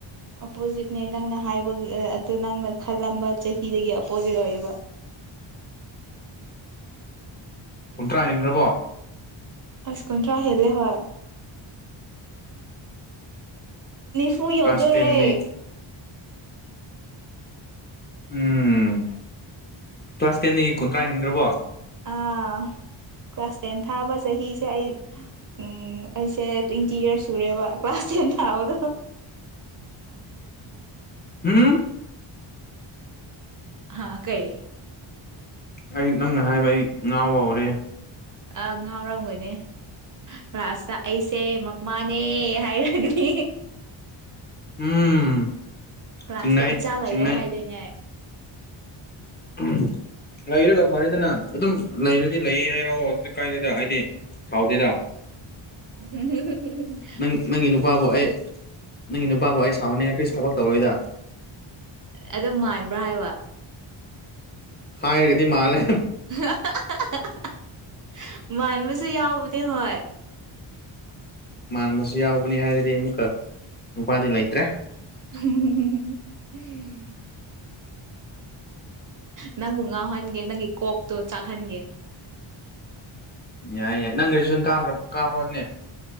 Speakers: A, on the right; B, on the left.
A: ꯑꯞꯄꯣꯖꯤꯠꯅꯦ ꯅꯪꯅ ꯍꯥꯏꯕꯒꯤ ꯑꯗꯨ ꯅꯪꯅ ꯈꯜꯂꯝꯕ ꯆꯍꯤꯗꯒꯤ ꯑꯞꯄꯣꯖꯤꯠ ꯑꯣꯏꯕ
B: ꯀꯨꯟꯊ꯭ꯔꯥ ꯍꯦꯟꯗ꯭ꯔꯔꯕꯣ
A: ꯑꯁꯀꯨꯟꯊ꯭ꯔ ꯍꯥꯏꯂꯦ ꯍ ꯊꯨ ꯌꯧꯗꯣꯔꯦ
B: ꯀ꯭ꯂꯥꯁ ꯇꯦꯟꯅꯤ ꯎꯝ ꯀ꯭ꯂꯥꯁ ꯇꯦꯟꯗꯒꯤ ꯀꯨꯟꯊ꯭ꯔꯥ ꯍꯦꯟꯈ꯭ꯔꯕꯣ
A: ꯑꯥ ꯀ꯭ꯂꯥꯁ ꯇꯦꯟ ꯊꯥꯕ ꯆꯍꯤꯁꯦ ꯑꯩ ꯎꯝ ꯑꯩꯁꯦ ꯇ꯭ꯋꯦꯟꯇꯤ ꯌꯔꯁ ꯁꯨꯔꯦꯕ ꯀ꯭ꯂꯥꯁ ꯇꯦꯟ ꯊꯥꯕꯗꯣ
B: ꯎꯝ
A: ꯍꯥ ꯀꯩꯌꯦ
B: ꯑꯩ ꯅꯪꯅ ꯍꯥꯏꯕ ꯑꯩ ꯉꯥꯎꯕ ꯍꯧꯔꯦ
A: ꯑ ꯉꯥꯎꯔꯝꯒꯅꯦ ꯔꯥꯁꯅ ꯑꯩꯁꯦ ꯃꯃꯥꯅꯦ ꯍꯥꯏꯔꯒꯅꯤ
B: ꯎꯝ
A: ꯀ꯭ꯂꯥꯁꯇ
B: ꯆꯤꯡꯅꯩ
A: ꯏꯆꯥ ꯂꯩꯔꯦ
B: ꯆꯤꯡꯅꯩ
A: ꯍꯥꯏꯗꯣꯏꯅꯦ
B: ꯎꯝ ꯂꯩꯔꯒ ꯐꯔꯦꯗꯅ ꯑꯗꯨꯝ ꯂꯩꯔꯗꯤ ꯂꯩꯌꯦ ꯍꯥꯏꯔꯛꯑꯣ ꯑꯗꯨ ꯀꯥꯏꯗꯗ ꯑꯩꯗꯤ ꯁꯥꯎꯗꯦꯗ
A: ꯎ ꯍ
B: ꯅꯪ ꯅꯪꯒꯤ ꯅꯨꯄꯥꯕꯨ ꯑꯩ ꯅꯪꯒꯤ ꯅꯨꯄꯥꯕꯨ ꯑꯩ ꯁꯥꯎꯍꯟꯅꯤꯡꯉꯥꯏ ꯀꯔꯤꯁꯨ ꯊꯕꯛ ꯇꯧꯔꯣꯏꯗ
A: ꯑꯗꯨꯝ ꯃꯥꯏꯕ꯭ꯔꯥ ꯍꯥꯏꯕ
B: ꯍꯥꯏꯔꯒꯗꯤ ꯃꯥꯜꯂꯦ
A: <inaudible> ꯃꯥꯟꯕꯁꯨ ꯌꯥꯎꯕꯅꯦ ꯍꯣꯏ
B: ꯃꯥꯟꯕꯁꯨ ꯌꯥꯎꯕꯅꯤ ꯍꯥꯏꯔꯗꯤ ꯑꯃꯨꯛꯀ ꯅꯨꯄꯥꯗꯤ ꯂꯩꯇ꯭ꯔꯦ
A: <unintelligible> ꯅꯪꯕꯨ ꯉꯥꯎꯍꯟꯒꯦ ꯅꯪꯒꯤ ꯀꯣꯛꯇꯣ ꯆꯥꯛꯍꯟꯒꯦ
B: ꯌꯥꯏ ꯌꯥꯏ ꯅꯪ ꯒꯔꯦꯠꯖꯨꯑꯦꯠꯁꯟ ꯑꯗꯨ ꯀꯥꯈ꯭ꯔ ꯀꯥꯈ꯭ꯔꯣꯕꯅꯦ